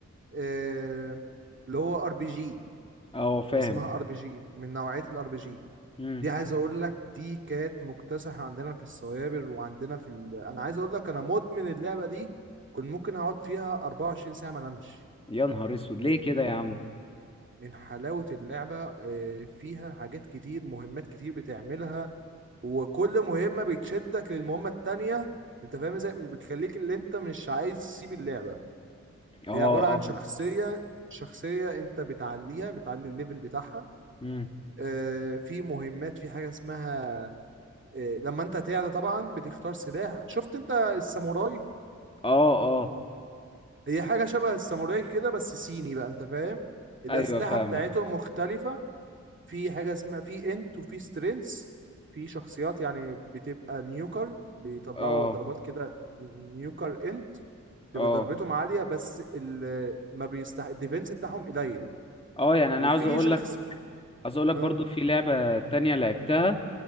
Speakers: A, on the right; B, on the left.
A: آه، اللي هو ار بي جي
B: اه فاهم
A: اللي اسمها ار بي جي من نوعية الار بي جي
B: مم.
A: دي عايز اقول لك دي كانت مكتسحة عندنا في السوابر وعندنا في ال... انا عايز اقول لك انا مدمن اللعبة دي كنت ممكن اقعد فيها 24 ساعة ما انامش
B: يا نهار اسود
A: من
B: ليه كده يا عم
A: من حلاوة اللعبة آه، فيها حاجات كتير مهمات كتير بتعملها وكل مهمة بتشدك للمهمة التانية انت فاهم ازاي بتخليك اللي انت مش عايز تسيب اللعبة
B: اه
A: هي عبارة عن
B: اه
A: شخصية شخصية انت بتعليها بتعلي الليفل بتاعها
B: امم
A: آه، في مهمات في حاجة اسمها آه، لما انت تعلى طبعا بتختار سلاح شفت انت الساموراي
B: اه اه
A: هي حاجة شبه الساموراي كده بس صيني بقى انت فاهم الأسلحة
B: ايوه فاهمك
A: بتاعتهم مختلفة في حاجة اسمها في انت وفي سترينث في شخصيات يعني بتبقى نيوكر بيطلعوا
B: اه
A: ضربات كده نيوكر انت تبقى
B: اه
A: ضربتهم عالية بس ال ما بيستح الديفنس بتاعهم قليل
B: اه يعني انا
A: وفي
B: عاوز اقول
A: شخص
B: لك عاوز اقول لك
A: اه
B: برضو في لعبة تانية لعبتها